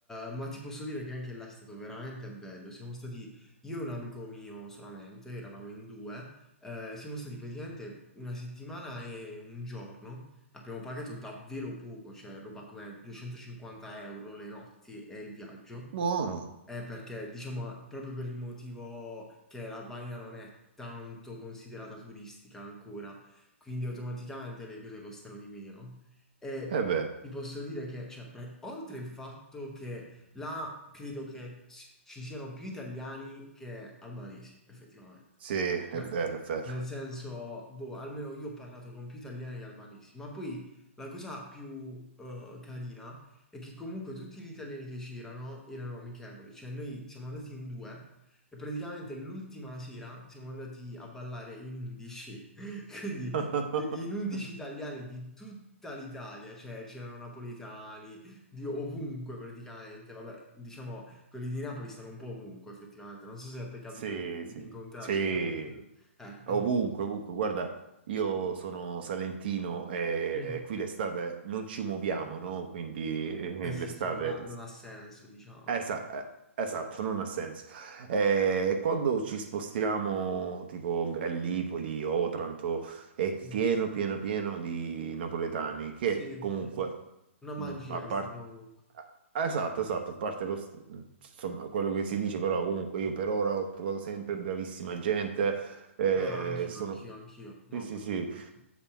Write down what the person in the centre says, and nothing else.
ma ti posso dire che anche là è stato veramente bello. Siamo stati, io e un amico mio solamente, eravamo in due, eh, siamo stati praticamente una settimana e un giorno, abbiamo pagato davvero poco, cioè roba come 250 euro le notti e il viaggio.
Eh, perché diciamo proprio per il motivo che l'Albania non è tanto considerata turistica ancora, quindi automaticamente le cose costano di meno. E
ti posso dire che, cioè, pre- oltre il fatto che là credo che ci ci siano più italiani che albanesi, effettivamente.
Cioè,
nel senso, boh, almeno io ho parlato con più italiani che albanesi, ma poi la cosa più eh, carina è che comunque tutti gli italiani che c'erano erano amichevoli, cioè noi siamo andati in due e praticamente l'ultima sera siamo andati a ballare in undici, <laughs> quindi
in undici italiani di tutta l'Italia, cioè c'erano napoletani di ovunque praticamente, vabbè, diciamo quelli di Napoli stanno un po' ovunque effettivamente, non so se a te capita
di, di
incontrarli
anche a Barcellona. Eh,
appunto.
Mm.
Eh sì,
sì, non ha, non ha senso, diciamo.
Mm.
Sì, eh,
una magia
che stanno ovunque.
No, no, anch'io,
anch'io, anch'io, ma
a
parte
tutto.